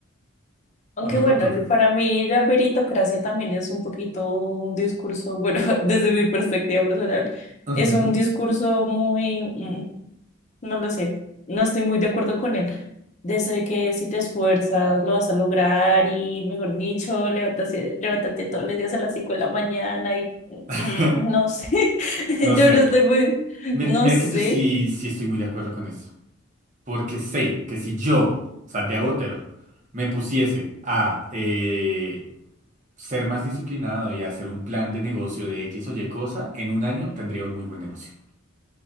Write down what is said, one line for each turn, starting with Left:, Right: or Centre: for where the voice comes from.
Left: Aunque
Right: ¿O no,
Left: bueno,
Right: o tú
Left: el-
Right: qué piensas?
Left: para mí la meritocracia también es un poquito un discurso, bueno, <laughs> desde mi perspectiva personal,
Right: Ujú.
Left: es un discurso muy... No lo sé, no estoy muy de acuerdo con él. De eso de que si te esfuerzas lo vas a lograr y, mejor dicho, levántate, levántate todos los días a las 5 de la mañana y mm,
Right: <laughs>
Left: mm, no sé, <laughs>
Right: No
Left: yo
Right: sé.
Left: no estoy muy,
Right: Mira,
Left: no
Right: mira
Left: sé,
Right: que yo sí, sí estoy muy de acuerdo con eso. Porque sé que si yo, Santiago Otero, me pusiese a eh, ser más disciplinado y a hacer un plan de negocio de X o Y cosa, en un año tendría un muy buen negocio.